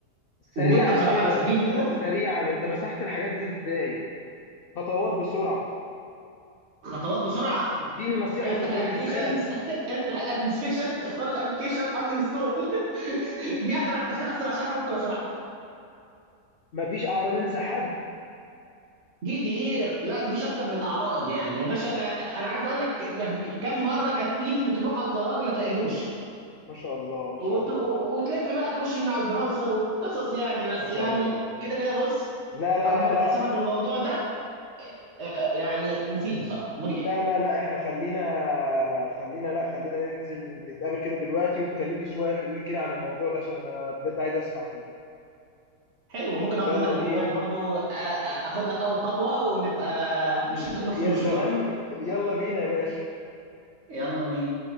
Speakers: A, on the left; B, on the right.
A: سريعا
B: وكنت بصراحه
A: كده
B: بستفيد منهم
A: س- سريعا انت مسحت الحاجات دي ازاي خطوات بسرعة
B: خطوات بسرعه
A: اديني نصيحة
B: افتح
A: لتطوير
B: الابلكيشنز
A: الذات
B: <laughs> افتح الابلكيشنز اختار الابلكيشن ان انستول <laughs> دي اسرع اسرع شرح ممكن اشرحها
A: مفيش أعراض انسحاب
B: جيت هير لا مفيش اكتر من الاعراض يعني يا باشا انا انا عايز اقول لك مفيش- كم مره كانت ايدي بتروح على الزرار ما تلاقيهوش
A: ما شاء الله ما
B: وت-
A: شاء الله
B: وتلف بقى تخش من على البراوسر وقصص يعني بس
A: ما شاء
B: يعني
A: الله
B: كده كده بص
A: لا لا
B: اكبر
A: لا لا
B: نصيحه في الموضوع ده آه، يعني مفيد بصراحه مريح
A: لا لا لا احنا خلينا خلينا لا خلينا ننزل نتقابل كده دلوقتي وتكلمني شوية حلوين كده عن الموضوع ده عشان أنا بجد عايز أسمع فيه
B: حلو ممكن اخد
A: يلا
B: منك
A: بينا
B: الموبايل برضو آه، آه، اخد لك اول خطوه ونبقى مشيت لك نص
A: يا
B: المشوار
A: سلام يلا بينا يا باشا
B: يلا بينا